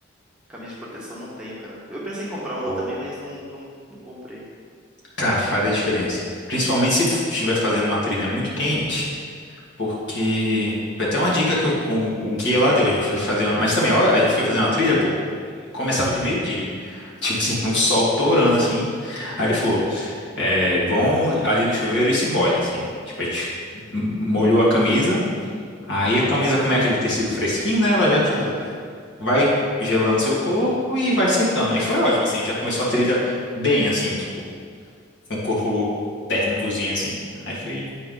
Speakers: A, in the centre; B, on the left.
A: Camisa de proteção não tenho, cara. Eu pensei em comprar uma
B: Ou-
A: também, mas não, não, não comprei.
B: Cara, faz a diferença. Principalmente se estiver fazendo uma trilha muito quente, porque. Foi até uma dica que o, o, o guia lá deu, a gente foi fazer uma. Mas também, ó, a gente foi fazer uma trilha, pô, começava de meio-dia. Tipo assim, <laughs> o sol torando assim. Aí ele falou. é, vão ali no chuveiro e se molham, assim. Tipo, a gente m- molhou a camisa, aí a camisa, como é aquele tecido fresquinho, né? Ela já, tipo,
A: Aham.
B: vai gelando seu corpo e vai secando. Aí foi ótimo, assim, já começou a trilha bem, assim, tipo, com o corpo térmicozinho, assim.
A: aham.
B: Aí foi.